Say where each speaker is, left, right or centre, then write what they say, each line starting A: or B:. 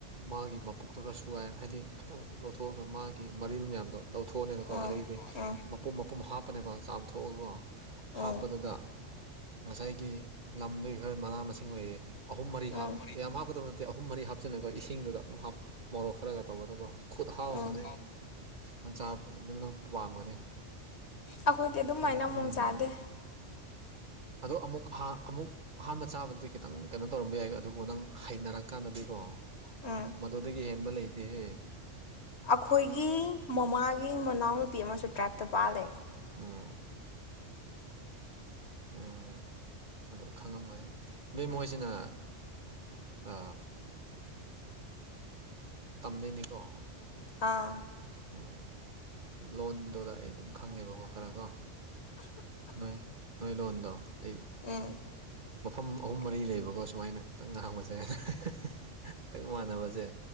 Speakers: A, on the right; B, on the left.
A: ꯃꯥꯒꯤ ꯃꯄꯣꯛꯇꯣ ꯈꯔ ꯁꯨ ꯌꯥꯥꯏ ꯍꯥꯏꯗꯤ ꯈꯤꯇꯪ ꯂꯧꯊꯣꯛꯑꯒ ꯃꯥꯒꯤ ꯃꯔꯤꯜ ꯃꯌꯥꯝꯗꯣ ꯂꯧꯊꯣꯛꯑꯅꯦꯅꯀꯣ
B: ꯎꯝ
A: ꯑꯗꯗꯒꯤꯗꯤ
B: ꯎꯝ
A: ꯃꯄꯨꯝ ꯃꯄꯨꯝ ꯍꯥꯞꯄꯅꯦꯕ ꯆꯥꯝꯊꯣꯛꯑꯒꯀꯣ
B: ꯎꯝ
A: ꯍꯥꯞꯄꯗꯨꯗ ꯉꯁꯥꯏꯒꯤ ꯂꯝꯗꯒꯤ ꯈꯔ ꯃꯅꯥ ꯃꯁꯤꯡ ꯂꯩꯌꯦ ꯑꯍꯨꯝ ꯃꯔꯤ
B: ꯎꯝ
A: ꯍꯥꯞꯄ ꯌꯥꯝ ꯍꯥꯞꯀꯗꯕ ꯅꯠꯇꯦ ꯑꯍꯨꯝ ꯃꯔꯤ ꯍꯥꯞꯆꯤꯜꯂꯦꯀꯣ ꯏꯁꯤꯡꯗꯨꯗ ꯑꯗꯨꯝꯞ ꯍꯞꯄꯣ ꯃꯣꯔꯣꯛ ꯈꯔꯒ ꯇꯧꯕꯗꯀꯣ ꯈꯨꯠ ꯍꯥꯎꯃꯅꯦ
B: ꯎꯝ
A: ꯅꯪ ꯆꯥ ꯏꯕ ꯅꯪ ꯄꯥꯝꯒꯅꯤ
B: ꯑꯩꯈꯣꯏꯗꯤ ꯑꯗꯨꯝꯥꯏꯅ
A: ꯑꯗꯣ
B: ꯑꯃꯨꯣꯡ
A: ꯎꯝ
B: ꯆꯥꯗꯦ
A: ꯑꯗꯣ ꯑꯃꯨꯛ ꯑꯃꯨꯛ ꯑꯍꯥꯟꯕ ꯆꯥꯕꯗ ꯈꯤꯇꯪ ꯀꯩꯅꯣ ꯇꯧꯔꯝꯕ ꯌꯥꯏ ꯑꯗꯨꯕꯨ ꯅꯪ ꯍꯩꯅꯔꯛꯀꯥꯟꯗꯗꯤꯀꯣ
B: ꯎꯝ
A: ꯃꯗꯨꯗꯒꯤ ꯍꯦꯟꯕ ꯂꯩ ꯇ‌ꯦ
B: ꯑꯩꯈꯣꯏꯒꯤ ꯃꯃꯥꯒꯤ ꯃꯅꯥꯎꯅꯨꯄꯤ ꯑꯃꯁꯨ ꯇ꯭ꯔꯥꯏꯞꯇ ꯄꯥꯂꯦ
A: ꯎꯝ ꯎꯝ ꯃꯗꯨ ꯈꯪꯉꯝꯒꯅꯤ ꯃ‌ꯦꯝ ꯍ‌ꯣꯏꯁꯤꯅ ꯑ ꯇꯝꯗꯣꯏꯅꯤꯀꯣ
B: ꯑꯥ
A: ꯎꯝ ꯂꯣꯟꯗꯨꯗ ꯑꯩ ꯑꯗꯨꯝ ꯈꯪꯉꯦꯕꯀꯣ ꯈꯔꯀꯣ ꯅꯣꯏ ꯅꯣꯏ ꯂꯣꯟꯗꯣ ꯑꯩ
B: ꯎꯝ
A: ꯃꯐꯝ
B: ꯂꯩꯕꯀꯣ ꯁꯨꯃꯥꯏꯅ ꯉꯥꯡꯕꯁꯦ ꯎꯝ ꯎꯝ
A: ꯑꯍꯨꯝ ꯃꯔꯤ ꯂꯩꯕꯀꯣ ꯁꯨꯃꯥꯏꯅ ꯈꯤꯇꯪ ꯉꯥꯡꯕꯁꯦ <unintelligible> ꯑꯩꯈ‌ꯣꯏ ꯏꯃꯥꯟꯅꯕꯁꯦ